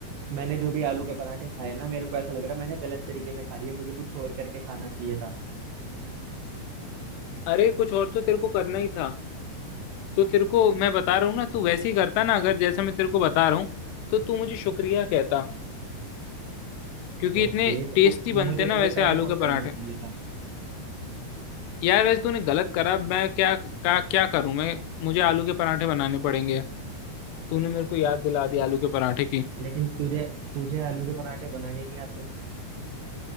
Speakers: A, on the right; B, on the left.
A: मैंने जो भी आलू के पराठे खाए ना मेरे को ऐसा लग रहा है मैंने गलत तरीके से खा लिए मुझे कुछ और करके खाना चाहिए था
B: अरे कुछ और तो तेरे को करना ही था तो तेरे को मैं बता रहा हूँ ना तू वैसे ही करता ना अगर जैसे मैं तेरे को बता रहा हूँ तो तू मुझे शुक्रिया कहता क्योंकि
A: ओके
B: इतने
A: तो
B: टेस्टी
A: तू
B: बनते
A: मुझे तुझे
B: ना वैसे
A: पहले
B: आलू
A: फोन
B: के
A: करना
B: पराठे
A: चाहिए था
B: यार वैसे तूने गलत करा मैं क्या क्या क्या करूं मैं मुझे आलू के पराठे बनाने पड़ेंगे तूने मेरे को याद दिला दी आलू के पराठे की
A: लेकिन तुझे तुझे आलू के पराठे बनाने नहीं आते